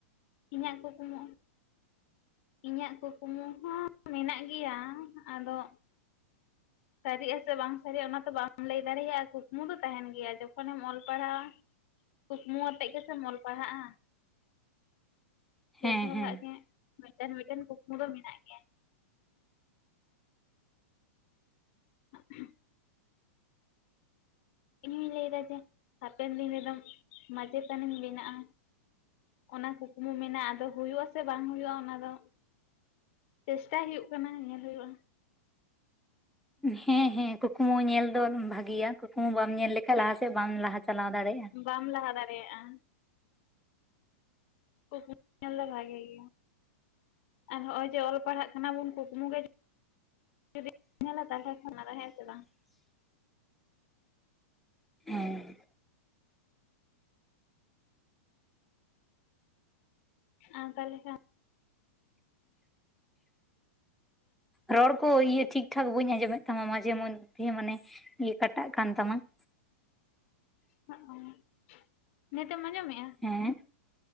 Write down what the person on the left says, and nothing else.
ᱤᱧᱟᱹᱜ ᱠᱩᱠᱢᱩ ᱤᱧᱟᱹᱜ ᱠᱩᱠᱢᱩ ᱦᱚᱸ ᱢᱮᱱᱟᱜ ᱜᱮᱭᱟ, ᱟᱫᱚ ᱥᱟᱹᱨᱤᱜ ᱟ ᱥᱮ ᱵᱟᱝ ᱥᱟᱹᱨᱤᱜᱼᱟ ᱚᱱᱟ ᱛᱚ ᱵᱟᱢ ᱞᱟᱹᱭ ᱫᱟᱲᱮᱭᱟᱜᱼᱟ ᱠᱩᱠᱢᱩ ᱫᱚ ᱛᱟᱦᱮᱱ ᱜᱮᱭᱟ ᱡᱚᱠᱷᱚᱱᱮᱢ ᱚᱞ ᱯᱟᱲᱦᱟᱣᱟ ᱠᱩᱠᱢᱩ ᱟᱛᱮᱜ ᱜᱮᱥᱮᱢ ᱚᱞ ᱯᱟᱲᱦᱟᱜᱼᱟ᱾ ᱡᱚᱛᱚ
ᱦᱚᱲᱟᱜ
ᱜᱮ ᱢᱤᱫᱴᱮᱱ ᱢᱤᱫᱴᱮᱱ ᱠᱩᱠᱢᱩ ᱫᱚ ᱢᱮᱱᱟᱜ ᱜᱮᱭᱟ ᱾ <inaudible> ᱤᱧ ᱦᱩᱧ ᱞᱟᱹᱭ ᱮᱫᱟ ᱡᱮ ᱦᱟᱯᱮᱱ ᱫᱤᱱ ᱨᱮᱫᱚ ᱢᱟᱪᱮᱛᱟᱱᱤᱧ ᱵᱮᱱᱟᱜᱼᱟ ᱾ ᱚᱱᱟ ᱠᱩᱠᱢᱩ ᱢᱮᱱᱟᱜᱼᱟ ᱟᱫᱚ ᱦᱩᱭᱩᱜ ᱟᱥᱮ ᱵᱟᱝ ᱦᱩᱭᱩᱜᱼᱟ ᱚᱱᱟ ᱫᱚ ᱪᱮᱥᱴᱟᱭ ᱦᱩᱭᱩᱜ ᱠᱟᱱᱟ ᱧᱮᱞ ᱦᱩᱭᱩᱜᱼᱟ ᱾
ᱦᱮᱸ
ᱵᱟᱢ ᱞᱟᱦᱟ ᱫᱟᱲᱮᱭᱟᱜᱼᱟ ᱾ ᱠᱩᱠᱢᱩ ᱧᱮᱞ ᱫᱚ ᱵᱷᱟᱜᱮ ᱜᱮᱭᱟ ᱾ ᱟᱨ ᱦᱚᱸᱜᱼᱚᱭ ᱡᱮ ᱚᱞ ᱯᱟᱲᱦᱟᱜ ᱠᱟᱱᱟ ᱵᱩᱱ ᱠᱩᱠᱢᱩ ᱜᱮ ᱡᱩᱫᱤ <unintelligible> ᱧᱮᱞᱟ ᱛᱟᱦᱞᱮ ᱠᱷᱟᱱ ᱟᱫᱚ ᱦᱮᱸ ᱥᱮ ᱵᱟᱝ?
ᱟᱨ ᱛᱟᱦᱞᱮ ᱠᱷᱟᱱ
<unintelligible> ᱱᱤᱛ ᱮᱢ ᱟᱸᱡᱚᱢᱮᱜᱼᱟ?